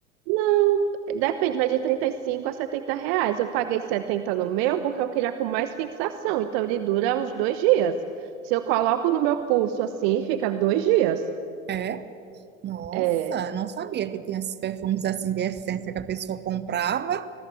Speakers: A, on the right; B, on the right.
A: Não, depende, mas de 35 a 70 reais. Eu paguei 70 no meu porque eu queria com mais fixação, então ele dura uns dois dias. Se eu coloco no meu pulso assim, fica dois dias.
B: É. Nossa,
A: É,
B: não sabia que tinha esses perfumes assim de essência que a pessoa comprava,